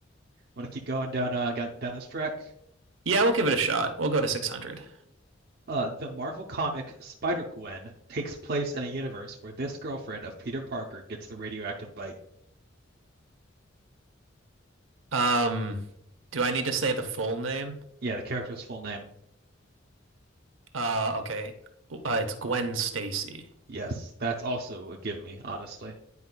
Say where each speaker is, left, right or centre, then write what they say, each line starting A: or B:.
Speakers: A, on the right; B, on the right.
A: want to keep going down uh go- down this track.
B: Yeah, we'll give it a shot. We'll go to 600.
A: Uh, the Marvel comic Spider-Gwen takes place in a universe where this girlfriend of Peter Parker gets the radioactive bite.
B: Um do I need to say the full name?
A: Yeah, the character's full name.
B: Uh okay. Uh, it's Gwen Stacy.
A: Yes, that's also a give me, honestly.